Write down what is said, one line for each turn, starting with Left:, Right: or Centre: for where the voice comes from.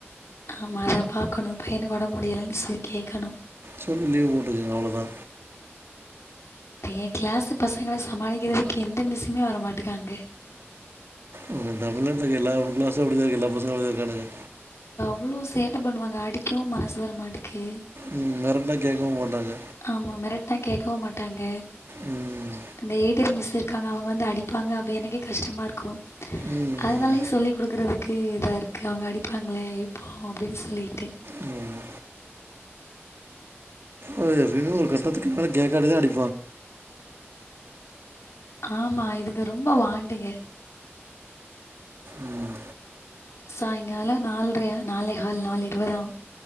Left: ஆமா அதா பாக்கணு பையனக்கு ஒடம்பு முடியலைன் சொல்லி கேக்கணு
Right: சொல்லி லீவ் போட்டுகுங்க அவ்ளோ தா
Left: ஏன் கிளாஸு பசங்கள சமாளிக்கிறதுக்கு எந்த மிஸுமே வர மாட்டிக்காங்க
Right: உங்க தமிழ்நாட்ல இக்க எல்லா கிளாஸும் அப்டிதா இருக்கு எல்லா பசங்களும் அப்புடிதா இருக்கானுங்க
Left: எவ்ளோ சேட்ட பண்ணுவாங்க அடிக்கவும் மனசு வர மாட்டிக்கி
Right: ம் மெரட்னா கேக்கவும் மாட்டாங்க
Left: ஆமா மெரட்னா கேக்கவும் மாட்டாங்க
Right: ம்,
Left: டேடர் மிஸ் திர்க்காங்க அவங்க வந்து அடிப்பாங்க அப்போ எனக்கே கஷ்டமா இருக்கும்
Right: ம்,
Left: அதனாலே சொல்லி குடுக்கறதுக் க்கு இதா இருக்கு அவங்க அடிப்பாங்களே இப்பவு அப்புடின்னு சொல்லிட்டு
Right: ம், ம். ஒரு <unintelligible> ஒரு கட்டத்துக்கு மேலக் கேக்காதத அடி
Left: ஆமா இதுங்க ரொம்பா வாண்டுக
Right: ம்
Left: சாய்ங்காலோ நால்ரையா நாலே கால் நால் இருவதாகு